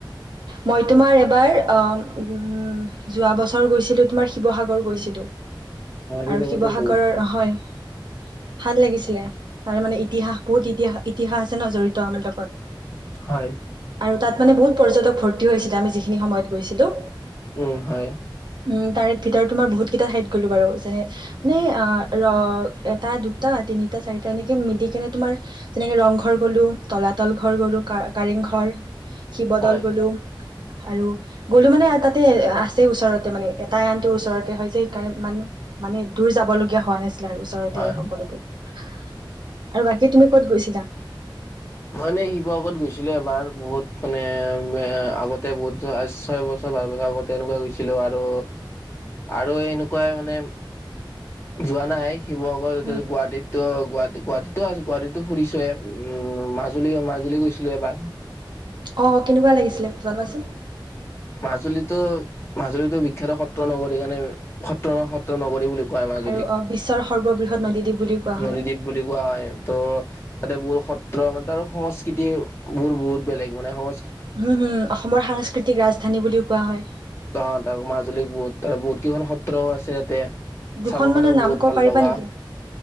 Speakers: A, on the right; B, on the left.
A: মই তোমাৰ এবাৰ অ উম যোৱা বছৰ গৈছিলো তোমাৰ শিৱসাগৰ গৈছিলো।
B: শিৱসাগৰতো
A: আৰু শিৱসাগৰৰ,
B: বহুত
A: হয়। ভাল লাগিছিলে। তাৰ মানে ইতিহাস বহুত ইতি ইতিহাস আছে ন জড়িত আমাৰ লগত।
B: হয়।
A: আৰু তাত মানে বহুত পৰ্যটক ভৰ্তি হৈছিলে আমি যিখিনি সময়ত গৈছিলো।
B: উম হয়।
A: উম তাৰে ভিতৰত তোমাৰ বহুত কেইটা ঠাইত গলো বাৰু। যেনে মানে আহ ৰ এটা, দুটা, তিনিটা, চাৰিটা এনেকে মিলি কেনে তোমাৰ যেনেকে ৰংঘৰ গলো, তলাতল ঘৰ গলো, কাৰেং ঘৰ শিৱদল
B: হয়
A: গ'লোঁ। আৰু গ'লো মানে তাতে আছে ওচৰতে। মানে এটা আনটোৰ ওচৰতে হয় যে সেইকাৰণে মানুহ মানে দূৰ যাব লগীয়া হোৱা নাছিল। তাৰ ওচৰতে
B: হয়
A: আৰু সকলোবোৰ। আৰু বাকী তুমি ক'ত গৈছিলা?
B: মই এনেই শিৱসাগৰত গৈছিলো এবাৰ। বহুত মানে আগতে বহুত ছয় বছৰ পাচ বছৰ আগতে এনেকুৱা গৈছিলো আৰু আৰু এনেকুৱাই মানে যোৱা নাই। শিৱসাগৰ
A: উম
B: গুৱাহাটীতটো গুৱাহা গুৱাহাটীতটো আছোঁ, গুৱাহাটীতো ফুৰিছোৱে উম। মাজুলীও, মাজুলী গৈছিলো এবাৰ।
A: অ কেনেকুৱা লাগিছিলে জনাবাচোন?
B: মাজুলীতো মাজুলীতো বিখ্যাত সত্ৰ নগৰীৰ কাৰণে। সত্ৰ-সত্ৰ নগৰী বুলি কয় কয় মাজুলীক।
A: আৰু অ বিশ্বৰ সৰ্ববৃহৎ নদীদ্বীপ বুলি কোৱা
B: নদীদ্বীপ
A: হয়
B: বুলি কোৱা হয় ত তাতে বোৰ সত্ৰ মানে, তাৰ সংস্কৃতিবোৰ বহুত বেলেগ মানে সং
A: উম, হজ। অসমৰ সাংস্কৃতিক ৰাজধানী বুলিও কোৱা হয়
B: ত' তাক মাজুলীক বহুত তাৰ বহুত কেইখন সত্ৰও আছে ইয়াতে।
A: দুখন
B: চাব
A: মানৰ
B: কাৰণেও
A: নাম
B: বহুত
A: ক'ব
B: ভাল
A: পাৰিবা
B: লগা,
A: নেকি?